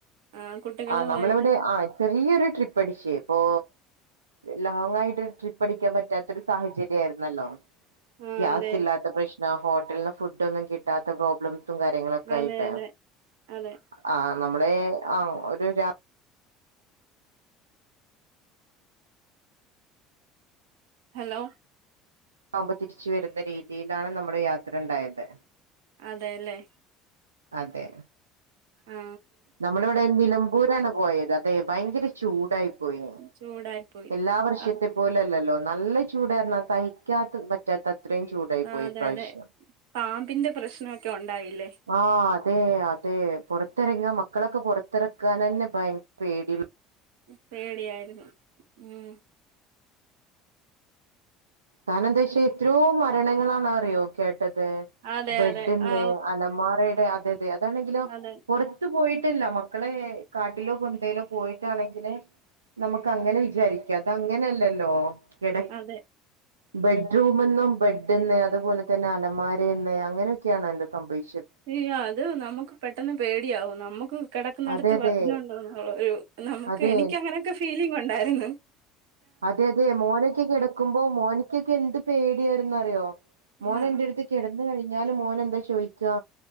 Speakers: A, on the right (about 65°); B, on the right (about 80°).
A: ആഹ് കുട്ടികളുമായിട്ട്
B: ആ നമ്മളിവിടെ ആ ചെറിയൊരു ട്രിപ്പ് അടിച്ചേ ഇപ്പൊ ലോങയിട്ട് ഒരു ട്രിപ്പ് അടിക്കാൻ പറ്റ പറ്റാത്ത ഒരു സാഹചര്യയിരുന്നു ന്നല്ലോ
A: ആഹ്
B: ഗ്യാസ്
A: അതെ
B: ഇല്ലാത്ത പ്രശ്ന ഹോട്ടലിന്ന് ഫുഡ് ഒന്നും കിട്ടാത്ത പ്രോബ്ലം കാര്യങ്ങളൊക്കെ
A: അതെ
B: ആയിട്ടെ
A: അതെ അതെ
B: അ നമ്മളേ ആ ത് രാ
A: ഹലോ
B: ആവ്മ്പ തിരിച്ച് വരുന്ന രീതിയിലാണ് നമ്മുടെ യാത്രണ്ടായത്
A: അതേല്ലേ?
B: അതെ
A: ആ
B: നമ്മളിവിടെ നിലമ്പൂരാണ് പോയത്. അതെ ഭയങ്കര ചൂടായി പോയിനെട
A: ചൂടായി പോയി
B: എല്ലാ വർഷത്തെ
A: ആഹ്
B: പോലല്ലല്ലോ നല്ല ചൂടാർന്നോ സഹിക്കാത്ത പറ്റാത്ത ത്രേം ചൂടായി പോയി
A: അതെ
B: ഇപ്രാവശ്യം.
A: അതെ പാമ്പിന്റെ പ്രശ്നമൊക്കെ ഉണ്ടായില്ലേ
B: ആ അതെ അതെ പുറത്തിറങ്ങാ മക്കളൊക്കെ പൊറത്തിറക്കാൻനന്നെ ഭയ പേടിയുള്ളൂ
A: പേടിയായിരുന്നു ഉം
B: കാർണം എന്താ വെച്ചാ എത്രയോ മരണങ്ങളാണറിയോ കേ ട്ടത്
A: അതെ
B: ബെഡ്ന്ന്
A: അതെ ആ
B: അലമാരേ തെ അതെ അതെ അതാണെങ്കിലോ
A: അതെ
B: പുറത്ത് പോയിട്ടല്ല മക്കളെ കാട്ടിലോ കൊ ഏലും പോയിട്ടാണെങ്കില് നമുക്ക് അങ്ങനെ വിചാരിക്കാ ഇതങ്ങനല്ലല്ലോ. എടെ
A: അതെ
B: ബെഡ്റൂമന്നും ബെഡ്ന്ന് അതുപോലെ തന്നെ അലമാരെന്ന് അങ്ങനൊക്കെയാണ് എന്തോ സംഭവി
A: യാ അത് നമ്മക്ക് പെട്ടെന്ന് പേടിയാവും നമ്മക്ക് കിടക്കുന്നെടത്ത്
B: അതെ അതെ
A: വരുന്നുണ്ടോന്നുള്ള ഒരു നമുക്ക്
B: അതെ
A: എനിക്കങ്ങനെയൊക്കെ ഫീലിംഗ് ഒണ്ടാരുന്നു
B: അതെയതെ മോനൊക്കെ കിടക്കുമ്പോ മോന്ക്കെക്കെ എന്ത് പേടിയായിരുന്നറിയോ മോനെന്റടുത്ത്
A: ആ
B: കിട ന്ന് കഴിഞ്ഞാലും മോനെന്താ ചോദിക്കാ